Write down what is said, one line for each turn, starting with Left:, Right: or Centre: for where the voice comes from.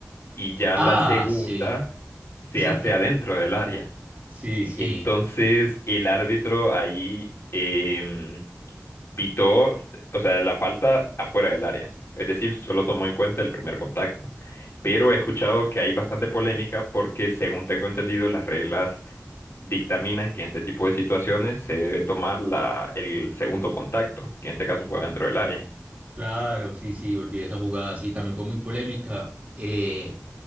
Left: y ya
Right: Ah,
Left: la segunda
Right: sí. <laughs>
Left: se hace adentro del área.
Right: Sí,
Left: Entonces
Right: sí,
Left: el árbitro ahí... em, pitó, o sea, la falta afuera del área. Es decir, solo tomó en cuenta el primer contacto. Pero he escuchado que hay bastante polémica porque, según tengo entendido, las reglas dictaminan que en este tipo de situaciones se debe tomar la, el segundo contacto, que en este caso fue dentro del área.
Right: claro, sí, sí, olvidé esa jugada, sí, también fue muy polémica. Eh,